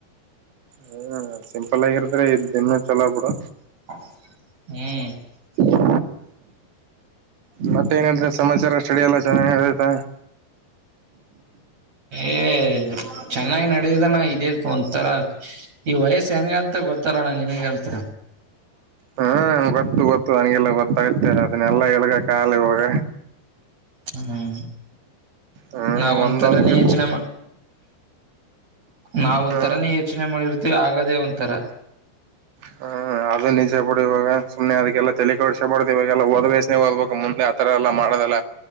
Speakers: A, on the right; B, on the right.
A: ಹ್ಮ್ ಸಿಂಪಲ್ ಆಗಿರದ್ರೆ ಇದ ಇನ್ನು ಚಲೋ ಬಿಡು
B: ಹ್ಮ್
A: ಹ ಮತ್ತೆ ಏನ್ ಹೇಳ್ತ ಸಮಾಚಾರ ಸ್ಟಡಿ ಎಲ್ಲ ಚೆನ್ನಾಗತ
B: ಏ ಚೆನ್ನಾಗಿ್ ನಡದಾನ ಇದೇದ ಒಂಥರ ಈ ವಯಸ್ಸ ಹೆಂಗ ಅಂತ ಗೊತ್ತರೋಣ ನೀನ್ೇಗೆ ಹೇಳ್ತ
A: ಹ್ಮ್ ಗೊತ್ತು ಗೊತ್ತು ನನಗೆಲ್ಲ ಗೊತ್ತಾಗರ್ತದೆ ಅದನ್ನಲ್ಲಾ ಎಳ್ಗ ಕಖಾಲಿ ಹಾಗ
B: ಹ್ಮ್
A: ಹ್ಮ್
B: ನಾವ ಒಂಥರನ
A: ಒಂದೊಂದ್ ಕೆ
B: ಯಚನೆ ನಾವ ಒಂಥರಾನೇ
A: ಹ್ಮ್
B: ಯೋಚನೆ ಮಾಡಿರ್ತೀವಿ ಆಗದೇ ಒಂಥರ
A: ಹ್ಮ ಅದು ನಿಜೆ ಬಡ ಇವಾಗ ಸುಮ್ಮನೆ ಅದಕ್ಕೆಲ್ಲ ತೆ ಕೊಡಸಬಡ ಇವಾಗಲ್ಲಾಓದ್ೇನೆೇ ಓದ್ಬೇಕಕ್ ಮುಂದೆ ಆತರ ಎಲ್ಲ ಮಾಡೋದಲ್ಲ